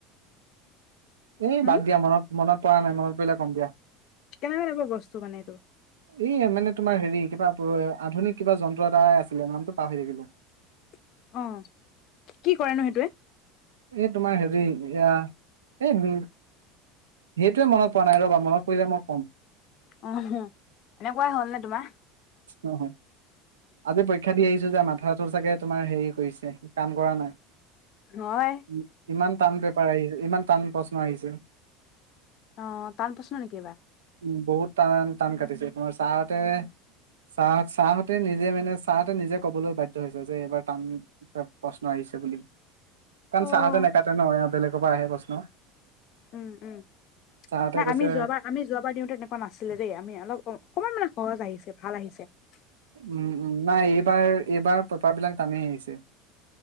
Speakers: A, on the right; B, on the left.
A: এ,
B: উম
A: বাদ দিয়া মনত মনত পৰা নাই মনত পৰিলে কম দিয়া।
B: কেনেকা টাইপৰ বস্তু মানে এইটো?
A: এই মানে তোমাৰ হেৰি কিবা আধুনিক, কিবা যন্ত্ৰ এটা আছিলে নামতটো পাহৰি থাকিলোঁ।
B: অ', কি কৰে নো সেইটোৱে?
A: এই তোমাৰ হেৰি এইয়া এই উম, হেইটোৱে মনত পৰা নাই ৰ'বা মনত পৰিলে মই কম।
B: অহ, এনেকুৱাই হ'ল নে তোমাৰ?
A: অ', আজি পৰীক্ষা দি আহিছো যে, মাথাটো চাগে তোমাৰ হেৰি কৰিছে কাম কৰা নাই।
B: হয়
A: উ ইমান টান পেপাৰ আহিলে ইমান টান প্ৰশ্ন আহিছে
B: অ টান প্ৰশ্ন নেকিবা
A: উম বহুত টান টান কাটিছে তোমাৰ ছাৰতে ছা ছাৰহতে নিজে মানে ছাৰহঁতে নিজে কবলৈ বাধ্য হৈছে যে এইবাৰ টান প্ৰশ্ন আহিছে বুলি কাৰণ
B: উম
A: চাৰহঁতে নাকাটে নহয় বেলেগ ক পৰা আহে প্ৰশ্ন
B: উম উম
A: ছাৰহতে
B: নাই
A: কৈছে
B: আমি যোৱাবাৰ আমি যোৱাবাৰ দিওঁতে এনেকুৱা নাছিলে দেই আমি অলপ অকনমান মানে সহজ আহিছে ভাল আহিছে <unintelligible>
A: উম উম নাই এইবাৰ এইবাৰ পেপাৰ বিলাক টানি আহিছে